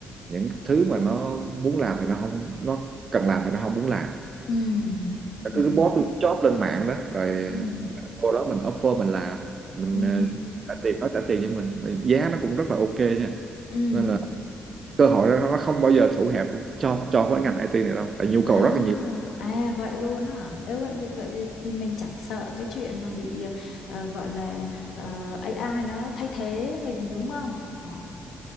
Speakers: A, on the right; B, on the left.
A: những thứ mà nó muốn làm thì nó không nó cần làm thì nó không muốn làm
B: ừ,
A: cứ
B: ừ,
A: post job lên mạng đó rồi
B: ừ,
A: mình vô đó mình offer mình làm mình
B: ừ,
A: ờ, trả tiền nó trả tiền cho mình Rồi giá nó cũng rất là ok nha
B: ừ.
A: nên là cơ hội đó nó không bao giờ thủ hẹp cho cho cái ngành IT này đâu tại nhu cầu
B: À,
A: rất là nhiều
B: à vậy luôn á hả? Ê, vậy, vậy thì thì mình chẳng sợ cái chuyện mà bị ờ, gọi là ờ, AI nó thay thế mình đúng không? Ồ,